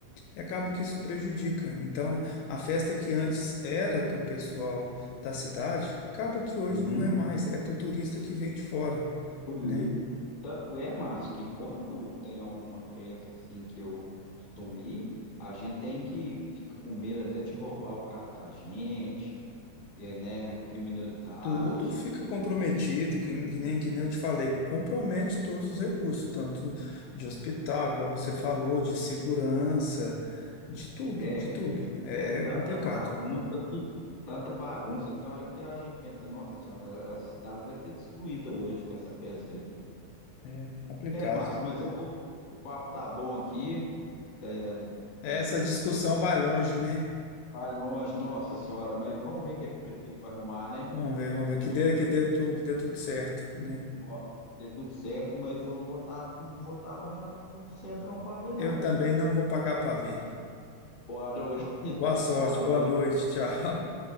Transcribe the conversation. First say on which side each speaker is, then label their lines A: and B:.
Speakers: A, on the left; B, on the left.
A: E acaba que isso prejudica. Então, a festa que antes era para o pessoal da cidade, acaba que hoje
B: Uhum.
A: não é mais, é para o turista que vem de fora,
B: Por
A: né?
B: isso. Tanto é, Márcio, que quando tem alguma festa assim que eu costumo ir, a gente tem que fica com medo até de roubar o carro da gente, é, né? Criminalidade.
A: Tudo fica comprometido, que nem, que nem que nem eu te falei, compromete todos os recursos, tanto de hospital, igual você falou, de segurança, de tudo,
B: É,
A: de tudo.
B: é
A: É,
B: é
A: é
B: tanta
A: complicado,
B: bagunça que tanta bagunça que tem hora que a gente pensa, nossa senhora, a cidade vai ser destruída hoje com essa festa aí.
A: é complicado.
B: É, Márcio, mas eu vou. O papo tá bom aqui, tá,
A: Essa
B: tá,
A: discussão
B: inter-
A: vai longe, né?
B: vai longe, nossa senhora, mas vamos ver o que, é que o prefeito vai arrumar, né?
A: Vamos ver, vamos ver,
B: Eu
A: que
B: vou
A: dê, que dê, tu, que dê tudo certo, né?
B: Nossa, vai ter tudo certo, mas eu não vou estar, não vou tá lá em- ah, no centrão para ver,
A: Eu
B: não,
A: também
B: viu?
A: não vou pagar para ver.
B: Boa noite. <laughs>
A: Boa sorte,
B: Boa noite.
A: boa noite, tchau.